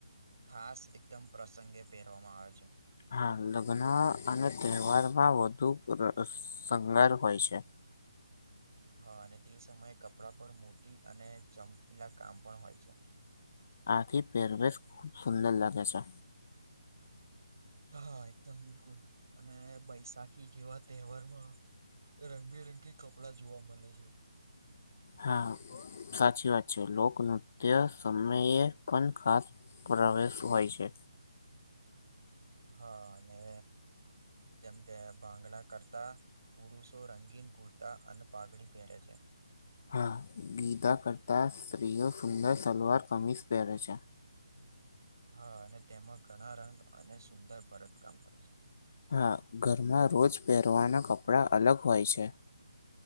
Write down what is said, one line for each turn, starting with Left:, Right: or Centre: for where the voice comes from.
Right: ખાસ એકદમ પ્રસંગે પહેરવામાં આવે છે
Left: હા લગ્ન અને તહેવારમાં વધુ શંગાર હોય છે
Right: હા અને તે સમયે કપડા પર મોટી અને ચમકેલા કામ પણ હોય છે
Left: આથી પેરવેશ ખુબ સુંદર લાગે છે
Right: હા હા એકદમ બિલકુલ અને બૈશાખી જેવા તહેવારમાં રંગબેરંગી કપડાં જોવા મળે છે
Left: હા સાચી વાત છે લોકનૃત્ય સમયે પણ ખાસ પુરાવેશ હોય છે
Right: હા અને જેમ કે ભાંગડા કરતા પુરુષો રંગીન કુર્તા અને પાગડી પહેરે છે
Left: હા ગીતા કરતા સ્ત્રીઓ સુંદર સલવાર કમીઝ પહેરે છે.
Right: હા અને તેમાં ઘણા રંગ અને સુંદર ભરતકામ હોય છે.
Left: હા ઘરમાં રોજ પહેરવાના કપડાં અલગ હોય છે